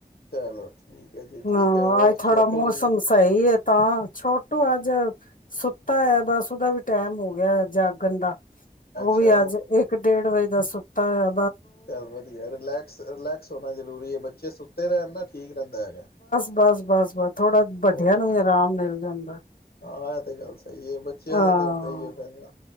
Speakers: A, on the left; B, on the left.
A: ਚਲੋ ਠੀਕ ਹੈ ਜੀ
B: ਹਾਂ
A: ਠੀਕ ਹੈ ਹੋਰ
B: ਅੱਜ
A: ਛੋਟੋ
B: ਥੋੜਾ ਮੌਸਮ ਸਹੀ ਹੈ ਤਾਂ ਛੋਟੁ ਅੱਜ ਸੁੱਤਾ ਹੈ ਬਸ ਉਹਦਾ ਵੀ ਟੈਮ ਹੋ ਗਿਆ ਜਾਗਣ ਦਾ ਉਹ
A: ਅੱਛਾ
B: ਵੀ ਅੱਜ ਇੱਕ ਡੇਢ ਵਜੇ ਦਾ ਸੁਤ ਤਾਂ ਏ
A: ਚੱਲ ਵਧੀਆ, ਰਿਲੈਕਸ-ਰਿਲੈਕਸ ਹੋਣਾ ਜਰ ਜਰੂਰੀ ਹੈ। ਬੱਚੇ ਸੁੱਤੇ ਰਹਿਣ ਨਾ ਠੀਕ ਜਾਂਦਾ ਹੈਗਾ।
B: ਬਸ-ਬਸ-ਬਸ, ਥੋੜਾ ਵੱਡਿਆਂ
A: ਹੋਰ
B: ਨੂੰ ਵੀ ਆਰਾਮ ਮਿਲ ਜਾਦਾ,
A: ਹਾਂ ਇਹ ਤੇ ਗੱਲ ਸਹੀ ਹੈ, ਬੱਚਿਆਂ
B: ਹਾਂ
A: ਦਾ ਤੇ ਹੁੰਦਾ ਹੀ ਹੈ ਫਿਰ,